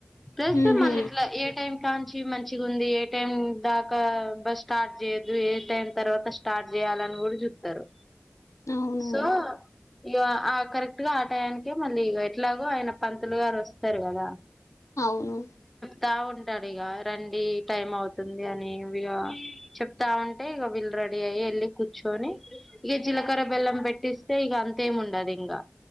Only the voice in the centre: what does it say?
ప్లస్
మళ్ళిట్లా ఏ టైం కాంచి మంచిగుంది ఏ టైం దాకా బ స్టార్ట్ చేయద్దు ఏ టైం తర్వాత స్టార్ట్ చే చేయాలని కూడా జూత్తరు
సో ఇగ ఆ కరెక్ట్ గా ఆటాయనికే మళ్ళీ ఇ ఎట్లాగో ఆయన పంతులు గారు వస్తారు కదా
తా ఉంటడిగ రండి టైం అవుతుంది అని ఇగ చెప్తా ఉంటే ఇగ వీళ్ళు రెడీ అయ్యి వెళ్ళి కూర్చుొని ఇగ జీలకర్ర బెల్లం పెట్టిస్ తె ఇగ అంతేం ఉండదు ఇంగా